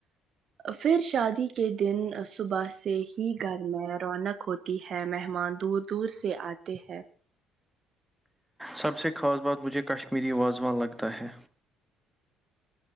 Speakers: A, on the right; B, in the centre.
A: پھر شادی کے دن صبح سے ہی گھر میں رونق ہوتی ہے مہمان دور دور سے آتے ہیں
B: سب سے خاص بات مجھے کشمیری واازوان لگتا ہے